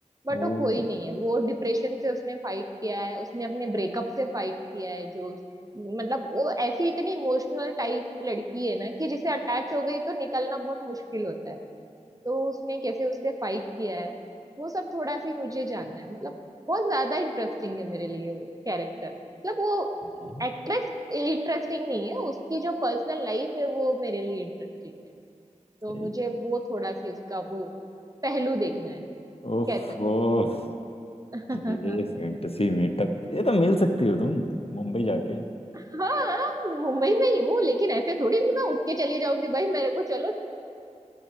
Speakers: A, on the right (about 30°); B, on the left (about 50°).
A: बट
B: ओ
A: वो
B: हम्म
A: कोई नहीं है वो डिप्रेशन से उसने फाइट किया है उसने अपने ब्रेकअप से फाइट किया है जो मतलब वो ऐसी इतनी इमोशनल टाइप लड़की है ना कि जिसे अटैच हो गई तो निकलना बहुत मुश्किल होता है तो उसने कैसे उससे फाइट किया है वो सब थोड़ा सी मुझे जानना है मतलब बहुत ज्यादा इंटरेस्टिंग है मेरे लिए वो कैरेक्टर मतलब वो
B: हम्म,
A: एक्ट्रेस इंटरेस्टिंग नहीं है उसकी जो पर्सनल लाइफ है वो मेरे लिए इंटरेस्टिंग है तो
B: सही
A: मुझे वो थोड़ा सी उसका वो पहलू देखना है
B: ओफ
A: कह सकते
B: ओफ
A: हो
B: ये फैंटेसी
A: <laughs>
B: मीटअप ये तो मिल सकती हो तुम मुंबई जाके
A: हाँ मुंबई में ही हूँ लेकिन ऐसे थोड़ी मैं उठ के चली जाऊंगी भाई मेरे को चलो